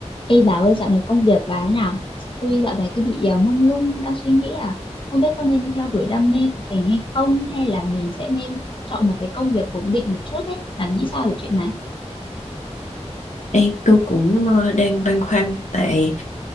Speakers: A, on the left (about 45°); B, on the left (about 85°).
A: Ê bà ơi dạo này công việc bà thế nào? Tôi dạo này tôi bị ờ, mông lung đang suy nghĩ à không biết có nên theo đuổi đam mê của mình hay không hay là mình sẽ nên chọn một cái công việc ổn định một chút ấy. Bà nghĩ sao về chuyện này?
B: Ê, tôi cũng ờ, đang băn khoăn tại